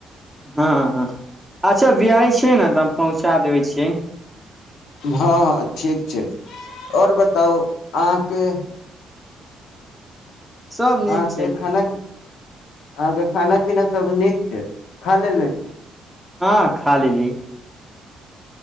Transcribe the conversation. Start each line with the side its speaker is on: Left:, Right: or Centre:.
Centre: हँ हँ हँ अच्छा बियाइ छै ने तऽ हम पहुँचा देबै छी
Left: हँ हँ ठीक छै आओर बताउ अहाँके
Centre: सब नीक
Left: आहाँ
Centre: छै
Left: के खाना अहाँके खाना पीना सब नीक छै खा लेल लै छी।
Centre: हँ खा लेल लिय।